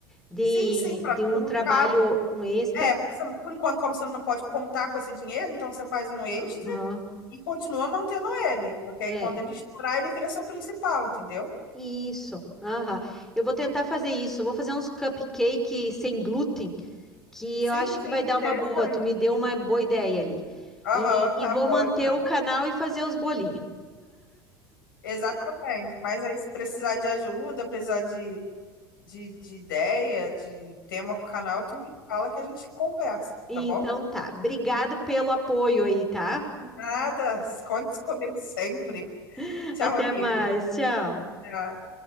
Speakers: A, in the centre; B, on the left (about 65°).
A: De,
B: Sim, sim, para
A: de um
B: tu não
A: trabalho,
B: ficar
A: um extra.
B: É, porque você por enquanto, como você não pode contar com esse dinheiro, então você faz um extra
A: Aham.
B: e continua mantendo ele. Porque aí
A: É,
B: quando ele estourar, ele vira seu principal, entendeu?
A: isso. Aham. Eu vou tentar fazer isso. Eu vou fazer uns cupcake sem glúten, que
B: Sim,
A: eu acho
B: sim,
A: que vai dar
B: interessante.
A: uma boa. Tu me deu uma boa ideia ali.
B: Aham,
A: E,
B: tá
A: e vou
B: bom,
A: manter
B: então.
A: o canal e fazer os bolinhos.
B: Exatamente. Mas aí, se precisar de ajuda, precisar de, de, de ideia, de tema pro canal, tu me fala que a gente conversa,
A: Então
B: tá bom?
A: tá. Obrigado pelo apoio aí, tá?
B: Nada, conte comigo sempre.
A: <laughs>
B: Tchau,
A: Até
B: amiga.
A: mais. Tchau.
B: Tchau.